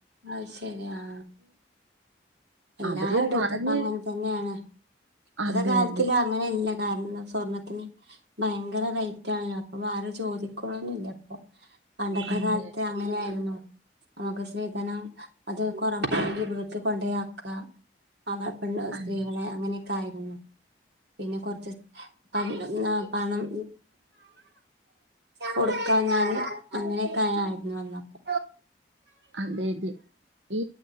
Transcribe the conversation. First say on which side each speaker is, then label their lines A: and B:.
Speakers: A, on the right; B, on the right.
A: അത് ശെരി ആ എല്ലായിടത്തും
B: അവര് പറഞ്ഞ്
A: ഇപ്പ അങ്ങനെ തന്നെയാണ് ഇപ്പത്തെ
B: അതെ
A: കാലത്തില്
B: അതെ
A: അങ്ങനല്ലേ. കാരണം സ്വർണത്തിന് ഭയങ്കര റേറ്റ് ആണല്ലോ, അപ്പൊ ആരും ചോദിക്ക്ണൊന്നുല്ലപ്പൊ. പണ്ടത്തെ
B: അതെ
A: കാലത്ത്
B: അതെ
A: അങ്ങനെയായിരുന്നു. നമുക്ക് സ്ത്രീധനം അത് കൊറ <unintelligible> വീട്ട് കൊണ്ടെയാ ക്കാ. മക പെണ്ണ്
B: അതെ
A: സ്ത്രീകളെ അങ്ങനെയൊക്കെ ആയി. മ് പിന്നെ കുറച്ച് പണ്ടം ന്നാ പണം കൊടുക്കാഞാല് അങ്ങനെയൊക്കെയാ ആയിരുന്നു അന്നൊക്കെ.
B: അതെ അതെ ഈ